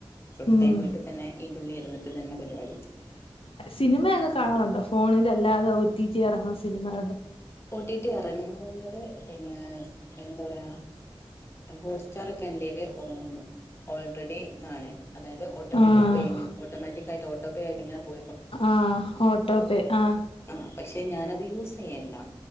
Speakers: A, on the left; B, on the left.
A: ഫുൾടൈം
B: ഉം
A: വീട്ട്തന്നെ ഈന്റുള്ളി ഇരുന്ന്ട്ട് തന്നെ പര്പാടി
B: സിനിമയൊക്കെ കാണാറുണ്ടോ ഫോണിലല്ലാതെ ഓറ്റിറ്റി എറങ്ങ സിനിമാ
A: ഓട്ടിട്ടി എറങ്ങും മുന്നത്തെ പിന്നേ അയ്ന് ന്താപറയാ ഹോട്ട്സ്റ്റാറൊക്കെ എന്റേല് ഓ ഓൾറെഡിതാണ് അതായത് ഓട്ടോമാറ്റിക്
B: ആഹ്
A: പേയ്മെന്റ് ഓട്ടോമാറ്റിക്കായ്ട്ട് ഓ ട്ടൊക്കായിട്ടിങ്ങനെ പോ
B: ആഹ് ഓട്ടോപേ ആ
A: ആ പക്ഷെ ഞാന ത് യൂസയ്യല്ല